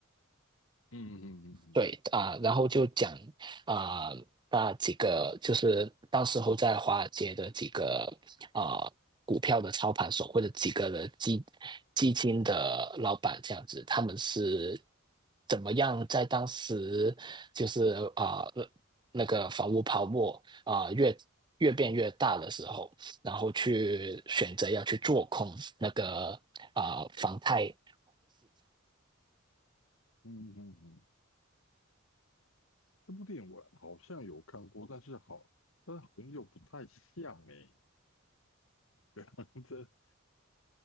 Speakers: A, on the left; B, on the right.
A: 嗯
B: 对啊、然后就讲啊、那几个就是当时候在华尔街的几个啊、股票的操盘手或者几个的基基金的老板这样子，他们是怎么样在当时就是啊、那个房屋泡沫啊、越越变越大的时候，然后去选择要去做空那个啊、房贷。
A: 嗯嗯嗯，这部电影我好像有看过，但是好，但好像又不太像哎。这样子。